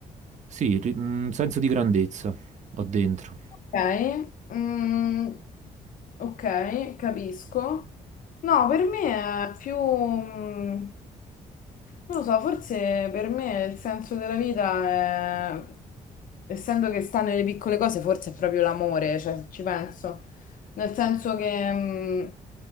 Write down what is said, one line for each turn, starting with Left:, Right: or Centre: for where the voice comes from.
Right: sì, ri- un senso di grandezza ho dentro.
Left: Ok, mm, ok, capisco. No, per me è più, mm, non lo so, forse per me il senso della vita è, essendo che sta nelle piccole cose, forse è proprio l'amore, cioè se ci penso. Nel senso che, mm,